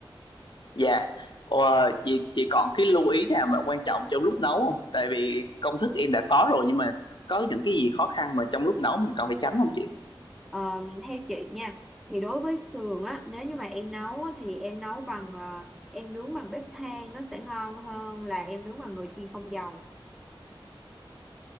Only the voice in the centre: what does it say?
Ờ, theo chị nha thì đối với sườn á nếu như mà em nấu á, thì em nấu bằng ờ, em nướng bằng bếp than nó sẽ ngon hơn là em nướng bằng nồi chiên không dầu